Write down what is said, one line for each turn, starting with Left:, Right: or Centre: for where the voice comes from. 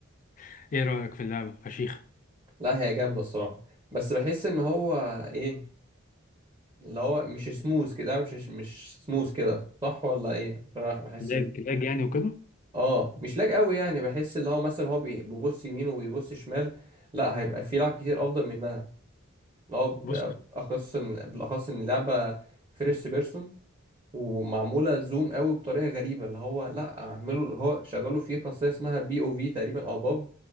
Left: <laughs> ايه رايك في اللعبه فشيخه
Right: لا هي جامدة الصراحة بس بحس ان هو ايه اللي هو مش سموث كده لا، مش مش سموث كده صح ولا ايه عشان انا بحس
Left: لاج
Right: ال...
Left: لاج يعني وكده
Right: اه مش لاج قوي يعني بحس اللي هو مثلا هو بي- بيبص يمين وبيبص شمال لا هيبقى في لعب كتير افضل منها اللي هو ب-
Left: بص
Right: بالاخص ان بالاخص ان اللعبة فيرست بيرسون ومعمولة زوم قوي بطريقة غريبة اللي هو لا اعملوا اللي هو شغلوا فيه خاصية اسمها بي او في تقريبا او باف اللي